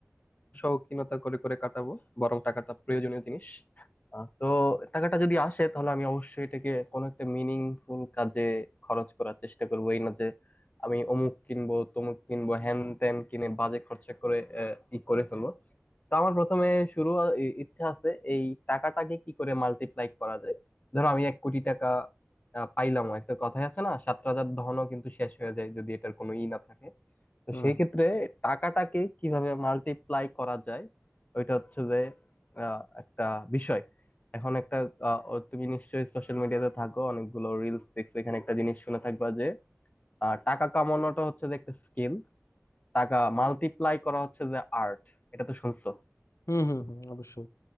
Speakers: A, on the left; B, on the left.
A: শৌখিনতা করে করে কাটাবো বরং টাকাটা প্রয়োজনীয় জিনিস আহ, তো টাকাটা যদি আসে তাহলে আমি অবশ্যই এটাকে কোনো একটা মিনিংফুল কাজে খরচ করার চেষ্টা করবো এই না যে আমি অমুক কিনবো তমুক কিনবো হ্যান ত্যান কিনে বাজে খরচা করে আহ, ই করে ফেলবো তো আমার প্রথমে শুরু আ- ই- ইচ্ছা আছে এই টাকাটাকে কি করে মাল্টিপ্লাই করা যায় ধরো আমি এক কোটি টাকা আহ, পাইলাম একটা কথাই আছে না সাত রাজার ধনও কিন্তু শেষ হয়ে যায় যদি এটার কোনো ই না থাকে তো
B: হুম
A: সেই ক্ষেত্রে টাকাটাকে কিভাবে মাল্টিপ্লাই করা যায় ওইটা হচ্ছে যে আহ, একটা বিষয় এখন একটা আহ, ও তুমি নিশ্চয়ই সোশ্যাল মিডিয়াতে থাকো অনেকগুলো রিলস দেখছো এখানে একটা জিনিস শুনে থাকবা যে আহ, টাকা কামানোটা হচ্ছে যে একটা স্কিল টাকা মাল্টিপ্লাই করা হচ্ছে যে আর্ট এটা তো শুনছো
B: হুম হুম হুম, অবশ্যই